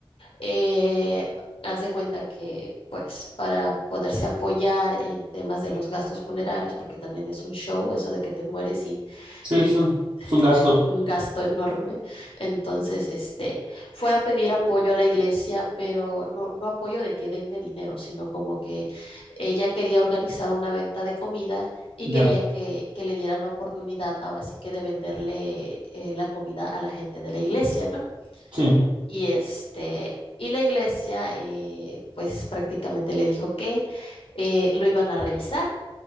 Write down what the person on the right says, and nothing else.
sí,
es un, es un gasto,
ya,
sí,